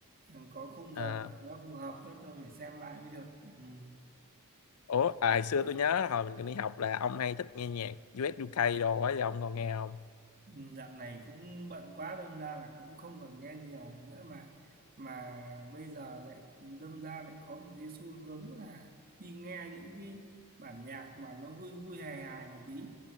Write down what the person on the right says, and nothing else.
ừ, có khung giờ
nó phù hợp hơn tôi phải xem lại mới được. Ừ.
Ừ, Dạo này cũng bận quá đâm ra là cũng không còn nghe nhiều nữa mà mà bây giờ lại đâm ra lại có một cái xu hướng là đi nghe những cái bản nhạc mà nó vui vui hài hài một tí